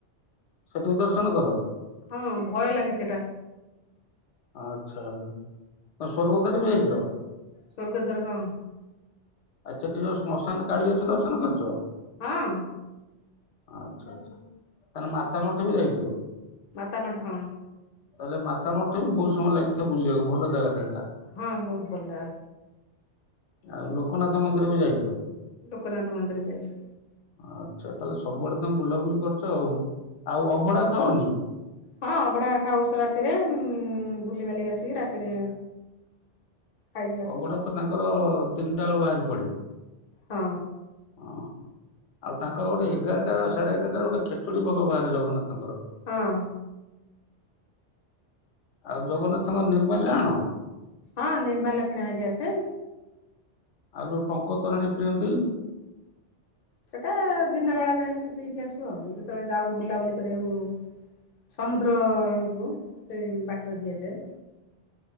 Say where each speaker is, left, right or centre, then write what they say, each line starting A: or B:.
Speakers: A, on the left; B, on the left.
A: ସେଠିବି ଦର୍ଶନ କର।
B: ହଁ ଭୟ ଲାଗେ ସେଟା।
A: ଆଚ୍ଛା ତ ସ୍ୱର୍ଗଦ୍ବାର ବି ଯାଇଛ।
B: ସ୍ୱର୍ଗ ଦ୍ବାର ହଁ।
A: ଆଚ୍ଛା ସେଠି ଯୋଉ ଶ୍ମଶାନ କାଳୀ ଅଛି ଦର୍ଶନ କରିଛ।
B: ହଁ।
A: ଆଚ୍ଛା ଆଚ୍ଛା ତାହେଲେ ମାତାମଠ ବି ଯାଇଛ?
B: ମତ ମଟ ହଁ।
A: ତାହେଲେ ମାତା ମର୍ଟ ବି ବହୁତ ସମୟ ଲାଗିଥିବ ବୁଲିବାକୁ ଭଲ ଜାଗାଟା ଏଇଟା।
B: ହଁ ବହୁତ ଭଲ ଜାଗା।
A: ଆଉ ଲୋକନାଥ ମନ୍ଦିର ବି ଯାଇଚ।
B: ଲୋକ ନାଥ ମନ୍ଦିର ଯାଇଚି।
A: ଆଚ୍ଛା ତାହେଲେ ସବୁଆଡେ ତମେ ବୁଲାବୁଲି କରୁଚ ଆଉ ଆଉ ଅଭଡା ଖାଅନି।
B: ହଁ ଅଭଡା ଖାଉସ ରାତିରେ ବୁଲିିବାଲିିକି ଆସିକି ରାତିରେ ଖାଇକି ଆସୁ
A: ଅବଢା ତ ତାଙ୍କର ତିନିଟା ବେଳୁ ବାହାରି ପଡେ
B: ହଁ
A: ହଁ। ଆଉ ତାଙ୍କର ଗୋଟେ ଏଗାରଟା ବା ସାଢେ ଏଗାରଟାରେ ଗୋଟେ ଖେଚୁଡି ଭୋଗ ବାହାରେ ଜଗନ୍ନାଥଙ୍କର।
B: ହଁ।
A: ଆଉ ଜଗନ୍ନାଥଙ୍କ ନିର୍ମଲ୍ୟା ଆଣ।
B: ହଁ ନିର୍ମାଲ୍ୟ କିଣା ହେଇକି ଆସେ।
A: ଆଉ ଯୋଉ ଟଙ୍କ ତୋରାଣୀ ପିଅନ୍ତି।
B: ସେଟା ଦିନ ବେଳା ଯାଇକି ପିଇକି ଆସୁ। ଆଉ ଯେତେବେଳେ ଯାଉ ବୁଲାବୁଲି କରିବାକୁ ସମୁଦ୍ର ଆଡ଼କୁ ଟେ ବାଟରେ ଦିଆଯାଏ।